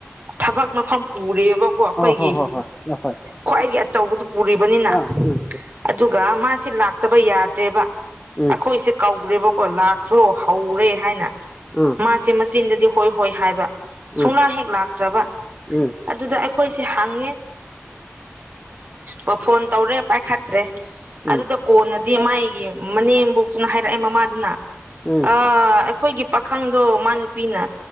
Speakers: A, on the right (about 40°); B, on the left (about 20°).
A: ꯊꯕꯛ ꯃꯐꯝ ꯄꯨꯔꯦꯕꯀ ꯀꯣ ꯑꯩꯈꯣꯏꯒꯤ
B: ꯑ ꯍꯣ ꯍꯣ ꯍꯣꯏ ꯍꯣꯏ ꯍꯣꯏ
A: ꯈ꯭ꯋꯥꯏꯗꯒꯤ ꯑꯆꯧꯕꯗꯨ ꯄꯨꯔꯤꯕꯅꯤꯅ
B: ꯑꯥ ꯎꯝ
A: ꯑꯗꯨꯒ ꯃꯥꯁꯦ ꯂꯥꯛꯇꯕ ꯌꯥꯗ꯭ꯔꯦꯕ
B: ꯎꯝ
A: ꯑꯩꯈꯣꯏꯁꯦ ꯀꯧꯈ꯭ꯔꯦꯕꯀꯣ ꯈ꯭ꯔꯣ ꯍꯧꯔꯦ ꯍꯥꯏꯅ
B: ꯑꯥ
A: ꯃꯥꯁꯦ ꯃꯆꯤꯟꯗꯗꯤ ꯍꯣꯏ ꯍꯣꯏ ꯍꯥꯏꯕ
B: ꯎꯝ
A: ꯁꯨꯡꯂꯥ ꯍꯦꯛ ꯂꯥꯛꯇ꯭ꯔꯕ
B: ꯎꯝ
A: ꯑꯗꯨꯗ ꯑꯩꯈꯣꯏꯁꯦ ꯍꯪꯉꯦ ꯑꯣ ꯐꯣꯟ ꯇꯧꯔꯦ ꯄꯥꯏꯈꯠꯇ꯭ꯔꯦ
B: ꯎꯝ ꯎꯝ
A: ꯑꯗꯨꯗ ꯀꯣꯟꯅ ꯗꯤ ꯃꯥꯏꯒꯤ ꯃꯅꯦꯝꯕꯣꯛꯇꯨꯅ ꯍꯥꯏꯔꯛꯑꯦ ꯃꯃꯥꯗꯨꯅ
B: ꯎꯝ
A: ꯑ ꯑꯩꯈꯣꯏꯒꯤ ꯄꯥꯈꯪꯗꯣ ꯃꯥ ꯅꯨꯄꯤꯅ